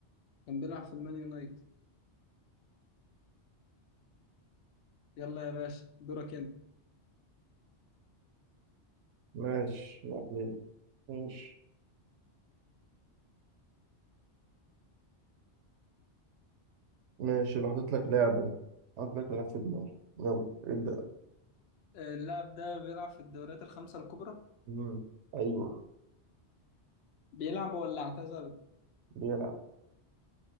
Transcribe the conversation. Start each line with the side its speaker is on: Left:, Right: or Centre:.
Left: كان بيلعب في المان يونايتد يلا يا باشا دورك انت
Right: ماشي معلم. ماشي ماشي لو حطيت لك لعبه حطيت لك لعب في دماغي يلا ابدأ
Left: آه، اللاعب ده بيلعب في الدوريات الخمسة الكبرى
Right: مم. ايوه
Left: بيلعب ولا اعتزل
Right: بيلعب